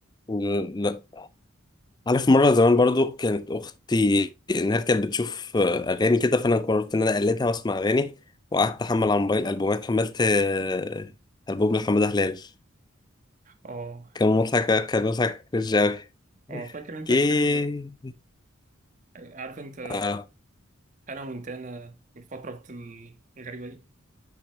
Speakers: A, on the left (about 20°); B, on the right (about 35°).
A: مم. عارف مرة زمان برضو كانت أختي إنها كانت بتشوف آه، أغاني كده فأنا قررت إن أنا أقلدها وأسمع أغاني وقعدت أحمل على الموبايل ألبومات حملت آه، ألبوم لحمادة هلال
B: اه
A: كان مضحك كان مضحك كرنج أوي
B: اه فاكر انت
A: كي-
B: كرنج عارف انت
A: آه
B: انا مونتانا والفترة الغريبة دي